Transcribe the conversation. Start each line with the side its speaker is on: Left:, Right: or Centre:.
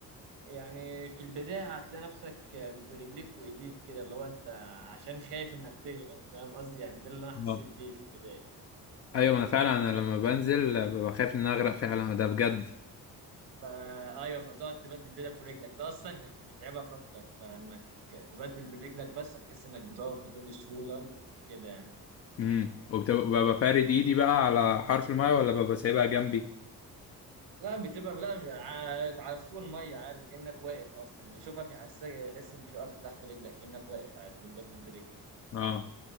Right: يعني في البدايه هتلاقي نفسك برجليك وايديك كده اللي هو انت عشان خايف انك تغرق فاهم قصدي يعني ده اللي انا حسيت
Left: اه
Right: بيه في البدايه
Left: ايوه ما انا فعلا انا لما بنزل ببقى خايف ان أنا اغرق فعلا ده بجد
Right: فايوه فتقعد تبدل بيدك ورجلك ده اصلا يعني بيتعبك اكتر فانك تبدل برجلك بس هتحس انك بتقف بكل سهوله وكده يعني
Left: امم وببقى فارد ايدي بقى على حرف المايه ولا ببقى سايبها جنبي
Right: لا بتبقى لا ع- على فوق الميه عادي كانك واقف اصلا اللي يشوفك يحس يحس ان في ارض تحت رجلك كانك واقف عادي بتبدل برجلك
Left: اه